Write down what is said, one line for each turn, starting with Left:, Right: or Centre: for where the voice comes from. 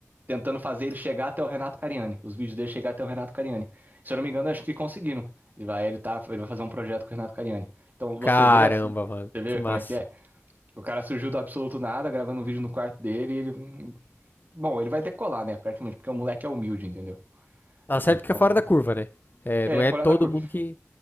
Right: tentando fazer ele chegar até o Renato Cariani, os vídeos dele chegar até o Renato Cariani. Se eu não me engano, acho que conseguiram. Ele vai, ele tá, ele vai fazer um projeto com o Renato Cariani. Então
Left: Caramba,
Right: você vê assim,
Left: mano.
Right: você vê
Left: Que massa.
Right: como é que é. O cara surgiu do absoluto nada, gravando um vídeo no quarto dele, e ele, bom, ele vai decolar, né, praticamente, porque o moleque é humilde, entendeu?
Left: Tá certo
Right: Então,
Left: que é fora da curva, né? É,
Right: é,
Left: não
Right: ele
Left: é
Right: é fora
Left: todo
Right: da curva.
Left: mundo que